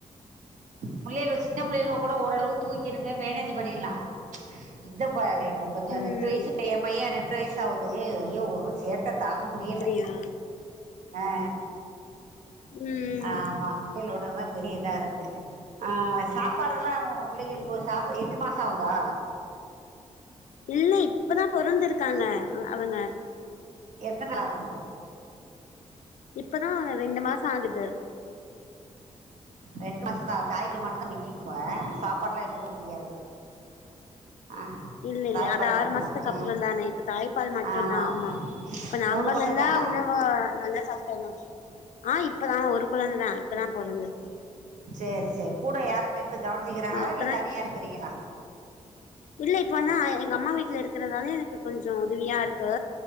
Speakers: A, on the right; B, on the left.
A: புள்ளைலொ சின்ன புள்ளைலொ கூட ஓரளவு தூங்கிருங்க மேனேஜ் பண்ணிர்லா இந்த ப கொஞ்ச
B: ம்
A: ரெண்டு வயசு பைய ஏ பைய ரெண்ற வயசு சாவுது ஐயோ ஒரு சேட்ட தாங்க முடியல
B: அப்டியா
A: ஆ
B: ம்
A: ஆ ஆமா புள்ளேகளோடதா பெரிய இதா இருக்கு ஆ சாப்பாடல்லா அவ புள்ளைக்கி இப்போ சாப் எட்டு மாசொ ஆவுதா
B: இல்லை இப்பதா பொறந்திருக்காங்க அவுங்க
A: எத்தனாவுது
B: இப்பதா ரெண்டு மாச ஆகுது
A: ரெண்டு மாசதா ஆவு தாய் பால் மட்டு குடிக் <unintelligible> வ சாப்பாடுலா எதுவு <inaudible> முடியாது ஆ
B: இல்லெல்ல
A: தாய்ப்பால்
B: அது ஆறு
A: மட்டும்தான்
B: மாசத்துக்கு
A: ஆ
B: அப்புறந்தானே இப்ப தாய்ப்பால் மட்டுந்தா
A: ஆமாம்
B: ஆமா இப்ப நம்ப
A: ஒரு குழந்தை
B: நல்லா
A: தானா
B: உணவ நல்லா சாப்டாதா ஆ இப்பதா ஒரு குழந்ததா இப்பதா பொறந்துருக்கு
A: சேரி சேரி கூட யாரு <unintelligible> கவனுச்சுக்குறாங்களா
B: இப்பதா
A: இல்ல தனியா இருக்குறீங்களா
B: இல்ல இப்போனா எ ங்கம்மா வீட்ல இருக்கிறதால எனக்கு கொஞ்சோ உதவியா இருக்கு